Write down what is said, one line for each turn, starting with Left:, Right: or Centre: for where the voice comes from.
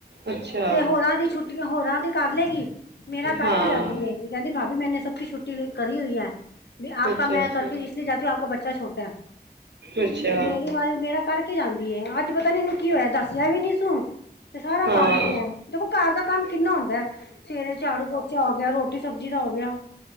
Right: ਅੱਛਾ
Left: ਤੇ ਹੋਰਾਂ ਦੀ ਛੁੱਟੀ ਹੋਰਾਂ ਦੀ ਕਰ ਲੇਗੀ ਮੇਰਾ ਕਰਕੇ
Right: ਹਾਂ
Left: ਜਾਂਦੀ ਹੈਗੀ। ਕਹਿੰਦੀ ਭਾਬੀ ਮੈਨੇ ਸਭ ਕੀ ਛੁੱਟੀ ਲੀ ਕਰੀ ਹੋਈ ਹੈ। ਵੀ ਆਪ
Right: ਅੱਛਾ
Left: ਮੈਂ
Right: ਅੱਛਾ
Left: ਕਰਕੇ ਇਸ ਲਿਏ ਜਾਤੀ ਹੂੰ ਆਪ ਕਾ ਬੱਚਾ ਛੋਟਾ ਐ।
Right: ਅੱਛਾ
Left: ਤੇ ਮੇਰੀ ਵਾਰੀ ਮੇਰਾ ਕਰਕੇ ਜਾਂਦੀ ਏ ਅੱਜ ਪਤਾ ਨੀ ਏਨੂੰ ਕੀ ਹੋਯੈ ਦੱਸਯਾ ਵੀ ਨੀ ਸੂੰ ਤੇ ਸਾਰਾ
Right: ਹਾਂ
Left: ਕੰਮ ਪਯੈ, ਦੇਖੋ ਘਰ ਦਾ ਕੰਮ ਕਿੰਨਾ ਹੁੰਦੈ ਸਵੇਰੇ ਝਾੜੂ- ਪੋਚਾ ਹੋ ਗਿਆ ਰੋਟੀ ਸਬਜ਼ੀ ਦਾ ਹੋ ਗਿਆ।